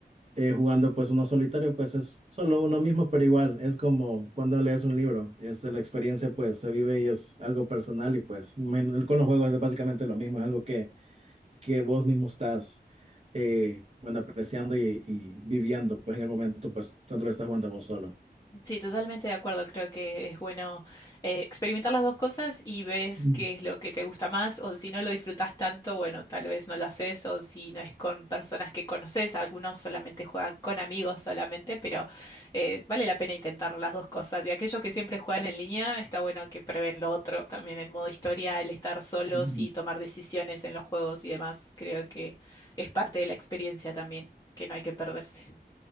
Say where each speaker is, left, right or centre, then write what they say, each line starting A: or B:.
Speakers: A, on the right; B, on the left.
A: eh, jugando pues uno solitario, pues es solo uno mismo, pero igual es como cuando lees un libro, es la experiencia pues se vive y es algo personal y pues men- con los juegos es básicamente lo mismo, es algo que, que vos mismo estás eh, bueno, apreciando y, y viviendo pues en el momento pues cuando lo estás jugando vos solo.
B: Sí, totalmente de acuerdo. Creo que es bueno eh, experimentar las dos cosas y ves
A: Mm,
B: qué es lo que te gusta más o si no lo disfrutas tanto, bueno, tal vez no lo haces o si no es con personas que conoces, algunos solamente juegan con amigos solamente, pero eh, vale la pena intentar las dos cosas. Y aquellos que siempre juegan en línea, está bueno que prueben lo otro, también el modo historia, el estar solos
A: mm.
B: y tomar decisiones en los juegos y demás. Creo que es parte de la experiencia también, que no hay que perderse.